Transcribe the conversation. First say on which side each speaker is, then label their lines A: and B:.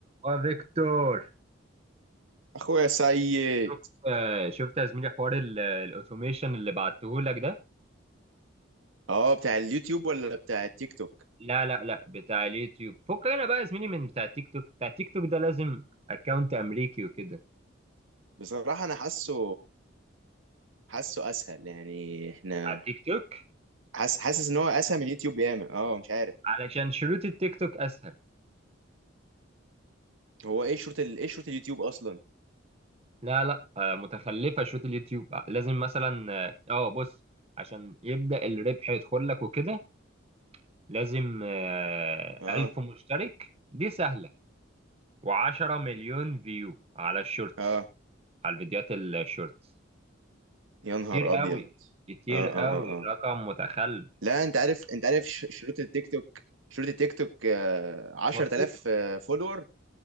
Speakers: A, on the right; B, on the right.
A: وفيكتور
B: اخويا سيد
A: شفت آه، شفت يا زميلي حوار ال- الاوتوميشن اللي بعته لك ده
B: اه بتاع اليوتيوب ولا بتاع التيك توك
A: لا لا لا بتاع اليوتيوب فكنا بقى يا زميلي من بتاع التيك توك بتاع التيك توك ده لازم اكونت امريكي وكده
B: بصراحة انا حاسه حاسه اسهل يعني احنا
A: على التيك توك
B: حاسس حاسس ان هو اسهل من اليوتيوب ياما اه مش عارف
A: علشان شروط التيك توك اسهل
B: هو ايه شروط ال... ايه شروط اليوتيوب اصلا
A: لا لا آه، متخلفه شروط اليوتيوب آه، لازم مثلا اه آه، بص عشان يبدا الربح يدخل لك وكده لازم آه،
B: اه
A: 1000 مشترك دي سهله و10 مليون فيو على الشورتس
B: اه
A: على الفيديوهات الشورتس
B: يا نهار
A: كتير قوي
B: ابيض
A: كتير
B: اه اه
A: قوي
B: اه اه
A: رقم متخلف
B: لا انت عارف انت عارف ش- شروط التيك توك شروط التيك توك آه 10000
A: بسيطة
B: فولور